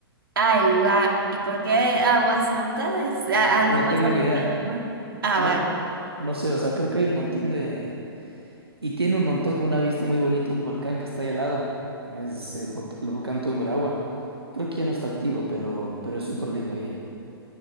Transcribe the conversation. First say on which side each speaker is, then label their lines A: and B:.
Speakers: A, on the right; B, on the right.
A: Ah, el lugar. ¿Y por qué agua santa? ¿Es a- algo
B: No
A: pasa
B: tengo ni idea.
A: con el agua? Ah,
B: No,
A: vale.
B: no sé, o sea, creo que hay un montón de... Y tiene un montón, una vista muy bonita, un volcán que está ahí al lado. Es el, vol- el volcán Tungurahua. Creo que ya no está activo, pero, pero es súper lindo ahí.